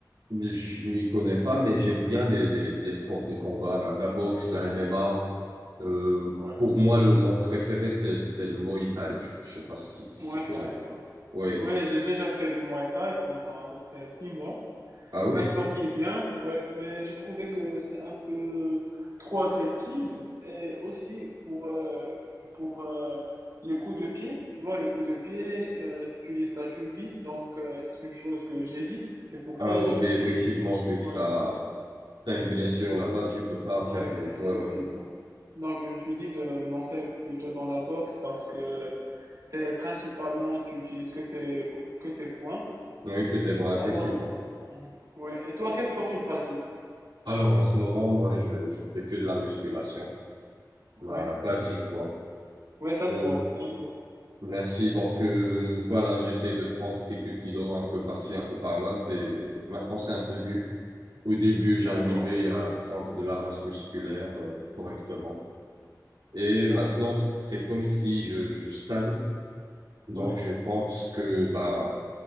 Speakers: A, on the right; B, on the right.
A: Je m'y connais pas, mais j'aime bien les, les, les sports de combat, la, la boxe, la
B: D'accord,
A: MMA. Euh,
B: ouais.
A: pour moi, le mon préféré, c'est, c'est le Muay Thai. Je, je sais pas si tu, si
B: Muay
A: tu connais.
B: Thai, ouais.
A: Oui.
B: Ouais, j'ai déjà fait du Muay Thai pendant à peu près six mois.
A: Ah oui.
B: C'est un sport qui est bien, ouais, mais j'ai trouvé que c'est un peu trop agressif et aussi pour, euh, pour euh, les coups de pied, tu vois, les coups de pied, euh, tu utilises ta cheville, donc euh, c'est une chose que j'évite. C'est pour
A: Ah,
B: ça
A: ok,
B: que je me
A: effectivement,
B: suis, j-
A: vu que
B: ouais,
A: t'as, t'as
B: ouais,
A: une blessure
B: c'est
A: là-bas,
B: pour,
A: tu peux pas
B: ouais,
A: faire des,
B: effectivement.
A: ouais, ouais.
B: Donc je me suis dit de me lancer plutôt dans la boxe parce que c'est principalement tu utilises que tes que tes poings.
A: Oui, que tes bras, effectivement.
B: Alors, euh, ouais. Et toi, quel sport tu pratiques?
A: Alors, en ce moment, moi, je, je fais que de la musculation,
B: Oui,
A: la basique, quoi.
B: ouais, ça se
A: Euh,
B: voit, ça se voit.
A: merci. Donc, euh, voilà, j'essaie de prendre quelques kilos, un peu par-ci, un peu par-là. C'est, maintenant, c'est un peu dur. Au début, j'arrivais
B: D'accord.
A: à prendre de la masse musculaire, euh, correctement. Et maintenant,
B: Ouais,
A: c'est comme si je, je stagne. Donc,
B: ouais.
A: je pense que, bah,